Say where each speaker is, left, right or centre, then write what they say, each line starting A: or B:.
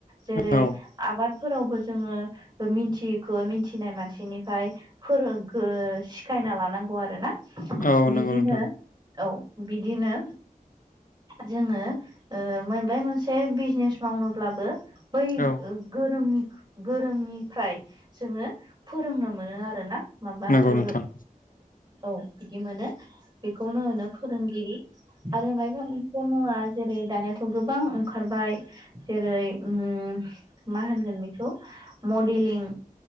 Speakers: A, on the right (about 30°); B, on the left (about 65°).
A: जेरै
B: औ
A: आबादफोरावबो जोङो मिथिखो मिथिनाय मानसिनिफाय फोरो गो सिखायना लानांगौ आरो ना
B: औ
A: बिदिनो
B: नंगौ नोंथां
A: औ बिदिनो जोङो ओ मोनबाय मोनसे बिजनेस मावनोब्लाबो बै
B: औ
A: गोरोंनि गोरोंनिफ्राय जोंङो फोरोंनो मोनो आरो ना माबा
B: नंगौ
A: ओ
B: नोंथां
A: औ बिदि मोनो बेखौनो होनो फोरोंगिरि आरो मायबा मोन से मुवा जेरै दानियाथ' गोबां ओंखारबाय। जेरै ओम मा होनगोन बेखौ मडेलिं